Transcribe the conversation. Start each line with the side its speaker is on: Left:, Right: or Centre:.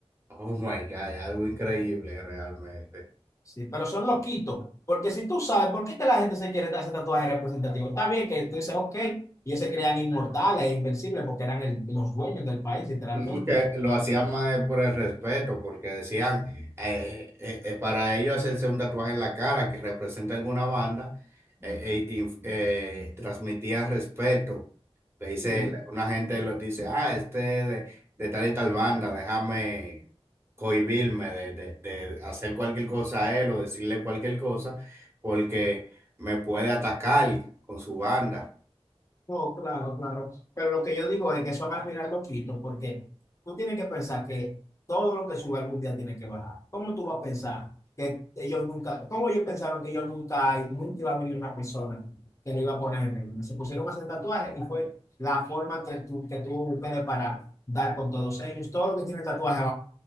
Right: Oh my God, algo increíble realmente.
Left: Sí, pero son loquitos, porque si tú sabes por qué es que la gente se quiere hacer tatuajes representativos, está bien que tú dices, ok, y ellos se crean inmortales e invencibles porque eran el- los dueños del país, literalmente.
Right: No, que lo hacían más por el respeto, porque decían, eh, eh, eh, para ellos hacerse un tatuaje en la cara que representa alguna banda, eh, eh, inf- eh, transmitía respeto. Le dice,
Left: Sí,
Right: la- una gente lo dice, ah, este es de, de tal y tal banda, déjame cohibirme de, de- de hacer cualquier cosa a él o decirle cualquier cosa, porque me puede atacar con su banda.
Left: No, claro, claro. Pero lo que yo digo es que eso va a mirar loquito, porque tú tienes que pensar que todo lo que sube algún día tiene que bajar. ¿Cómo tú vas a pensar que ellos nunca, cómo ellos pensaron que ellos nunca, nunca iba a venir una persona que lo iba a poner en ring? Se pusieron a hacer tatuajes y fue la forma que tú, que tú busques para dar con todos ellos. Todo lo que tiene tatuajes